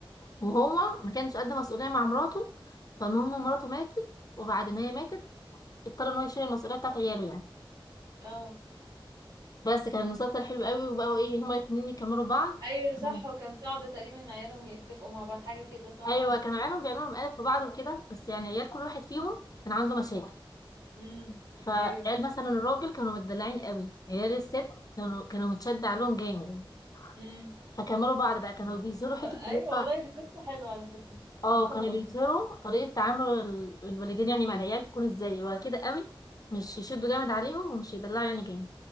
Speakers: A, on the left (about 40°); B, on the right (about 50°).
A: وهو ما كانش قد مسؤولية مع مراته فالمهم مراته ماتت وبعد ما هي ماتت اضطر ان هو يشيل المسؤولية بتاعت عياله يعني
B: اه
A: بس كان المسلسل حلو قوي وبقوا ايه هما الاتنين يكملوا بعض
B: ايوه صح
A: مم.
B: وكان صعب تقريبا ان عيالهم يتفقوا مع بعض حاجه كده صح
A: ايوه كانوا عيالهم بيعملوا مقالب في بعض وكده بس يعني عيال كل واحد فيهم كان عنده مشاكل
B: امم
A: فعيال
B: ايوه
A: مثلا الراجل كانوا متدلعين قوي عيال الست كانوا كانوا متشد عليهم جامد
B: امم
A: فكملوا بعض بقى كانوا بيظهروا حته
B: ايوه
A: اللي
B: والله
A: هو
B: دي قصه حلوه على فكره
A: اه
B: ممكن
A: كانوا
B: ابقى
A: بيظهروا طريقة تعامل ال- الوالدين يعني مع العيال تكون ازاي ولا كده قوي مش يشدوا جامد عليهم ومش يدلعوا يعني جامد